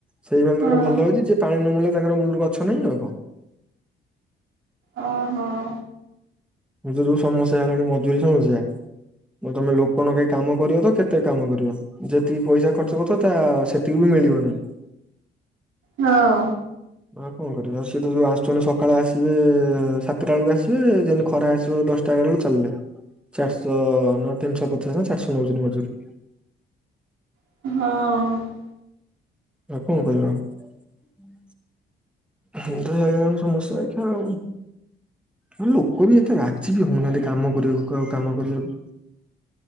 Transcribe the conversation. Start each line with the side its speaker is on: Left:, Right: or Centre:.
Centre: ସେଇମାନଙ୍କର
Right: ହଁ
Centre: ଭଲ ହେଇଛି ଯେ ପାଣି ନ ମଡ଼େଇଲେ ତାଙ୍କର ମୂଳରୁ ଗଛ ନାହିଁ ଆଉ କଣ।
Right: ଓହୋଃ।
Centre: ପୁଣି ତ ଯୋଉ ସମସ୍ୟା ହେଲାଣି ମଜୁରୀ ସମସ୍ୟା ତମେ ଲୋକ ନଗେଇ କାମ କରିବ ତ କେତେ କାମ କରିବ? ଯେତିକି ପଇସା ଖର୍ଚ୍ଚ କରିଥିବ ତା ସେତିକି ବି ମିଳିବନେଇ।
Right: ହଁ।
Centre: ଆଉ କଣ କରିବା ଆଉ ସିଏ ତ ଯୋଉ ଆସୁଛନ୍ତି ସକାଳେ ଆସିବେ ସାତଟା ବେଳକୁ ଆସିବେ ଯେମିତି ଖରା ଆସିବ ଦଶଟା ଏଗାରଟା ବେଳେକୁ ଚାଲିଲେ ଚାରିଶହ ନା ତିନିଶହ ପଚାଶ ନା ଚାରିଶହ ନଉଛନ୍ତି ମଜୁରୀ।
Right: ହଁ।
Centre: ଆଉ କଣ କହିବା ଆଉ। ଏନ୍ତି ତ ହେଇ ଗଲାଣି ସମସ୍ୟା ଏଇତ ଆଉ। ଆ ଲୋକ ବି ଏତେ ରାଜି ବି ହଉନାହାନ୍ତି କାମ କରିବାକୁ କ ଆଉ କାମ କରିବାକୁ।